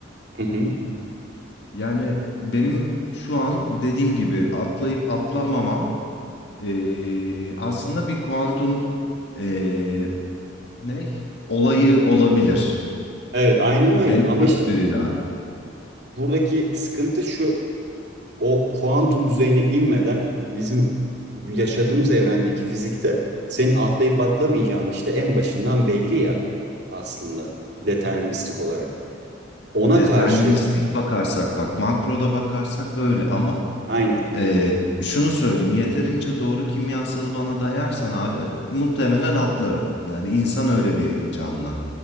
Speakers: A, on the right; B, on the left.
A: Hı hı.
B: Yani benim şu an dediğim gibi atlayıp atlamamam Ee, aslında bir kuantum ee, ne olayı olabilir.
A: Evet, aynen öyle.
B: Benim
A: Ama
B: özgür
A: işte
B: iradem.
A: buradaki sıkıntı şu. O kuantum düzeyine inmeden bizim yaşadığımız evrendeki fizikte senin atlayıp atlamayacağın işte en başından belli ya aslında deterministik olarak. Ona
B: Deterministik
A: karşı
B: bakarsak bak makroda bakarsak öyle ama
A: aynen.
B: ee, şunu söyleyeyim yeterince doğru kimyasalı bana dayarsan abi muhtemelen atlarım. Yani insan öyle bir canlı